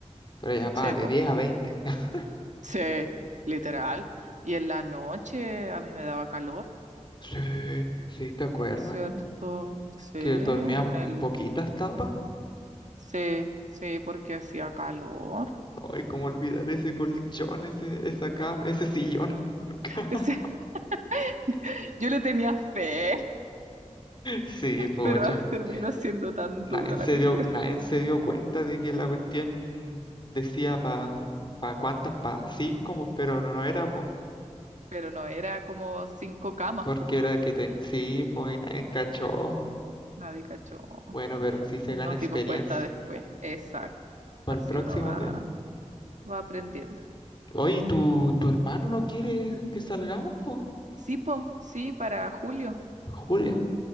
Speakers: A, on the left; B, on the right.
A: Pero ya pa,
B: Sepo.
A: de diez
B: Sí, po.
A: a veinte <laughs>
B: Sí, literal. Y en la noche a mí me daba calor,
A: Sí, sí, ¿te acuerdas?
B: ¿cierto? Sí,
A: Que
B: en
A: dormíamos con
B: el,
A: poquitas tapas.
B: sí, sí, porque hacía calor.
A: Ay, cómo olvidar ese colchón, ese, esa cama, ese sillón. <laughs>
B: Ese- <laughs> yo le tenía fe,
A: Sí, pocha.
B: pero <laughs> terminó siendo tan
A: Nadie
B: dura
A: se
B: la cuestión.
A: dio, nadie se dio cuenta de que la cuestión decía para pa pa cuántas, para cinco, pues, pero no, no era, pues,
B: Pero no, era como cinco camas,
A: porque
B: po.
A: era que ten- sí, pues, y nadie cachó.
B: Nadie cachó.
A: Bueno, pero sí se
B: Nos
A: gana experiencia
B: dimos cuenta después. Exacto.
A: para
B: Así
A: el próximo
B: uno va,
A: viaje.
B: va aprendiendo.
A: Oye, ¿tu, tu hermano no quiere que salgamos, pues?
B: Sí, po, sí, para julio,
A: Julio.